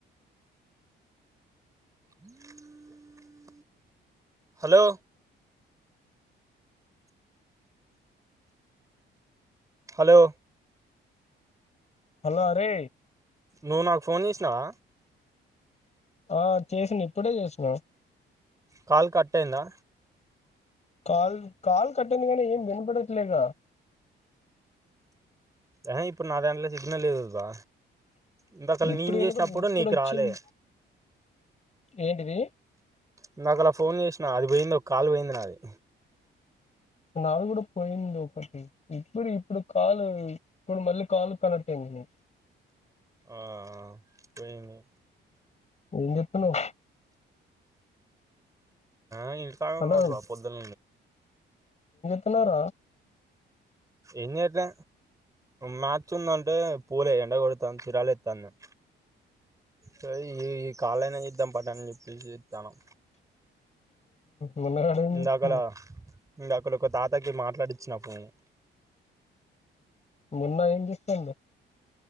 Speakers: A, on the right; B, on the left.
A: హ హలో హలో
B: హలో అరే
A: నువ్వు నాకు ఫోన్ చేసినవా
B: ఆ చేసినా ఇప్పుడే చేసినా
A: కాలు కట్ అయిందా
B: కాల్ కట్ అయింది కానీ ఏం వినపడట్లేదు గా
A: ఆహా ఇప్పుడు నాదాంలో సిగ్నల్ లేదు బ ఇంకా అసలు
B: ఇప్పుడు
A: నేను
B: వినపడింది
A: చేసినప్పుడు
B: ఇప్పుడు
A: నీకు
B: వచ్చింది
A: రాలే
B: ఏంటిది
A: ఇందాకల ఫోన్ చేసిన అది పోయింది ఒక కాల్ పోయింది నాది
B: నాది కూడా పోయింది ఒకటి ఇప్పుడు ఇప్పుడు కాలు ఇప్పుడు మళ్ళీ కాల్ కనెక్ట్ అయింది
A: ఆ పోయింది
B: ఏం చెతుతున్నారు
A: <unintelligible>
B: హలో
A: పొద్దుల
B: తిన్నర
A: ఏం చేయట్లే మ్యాచ్ ఉంది అంటే పోలే ఎండ కో <unintelligible> ఏతన్నం సరీ ఈ కాళైనా చేద్దాం పట్ట అని చెప్పేసి చేతనం
B: మొన్న <unintelligible>
A: ఇందాకల ఇందాకల ఒక తాతకి మాట్లాడిచ్చిన ఫోను
B: మున్న ఏం చేస్తాండు